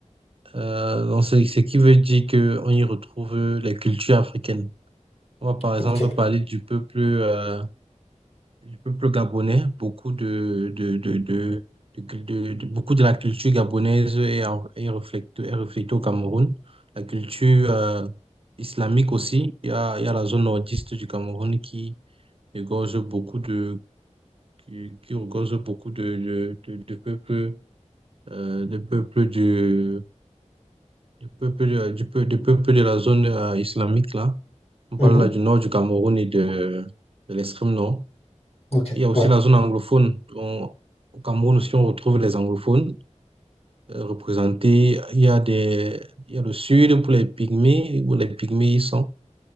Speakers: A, on the right; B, on the left.
A: Euh, donc c'est ce qui veut dire qu'on y retrouve les cultures africaines. On va par
B: Ok.
A: exemple parler du peuple. euh, du peuple gabonais, beaucoup de, de, de, de, de- de- de- beaucoup de la culture gabonaise est, en- est reflectée, est reflétée au Cameroun. La culture euh, islamique aussi. Il y a, il y a la zone nordiste du Cameroun qui regorge beaucoup de, qui, qui regorge beaucoup de, de, de, de peuples, euh, de peuples du, du peuple, euh, du, peu- de peuples de la zone euh, islamique là. On
B: Mhm.
A: parle là du nord du Cameroun et de, de l'extrême nord.
B: Ok.
A: Il y a aussi
B: Ouais.
A: la zone anglophone. On- au Cameroun aussi, on retrouve les anglophones euh, représentés. Il y a des, il y a le sud pour les pygmées, où les pygmées y sont.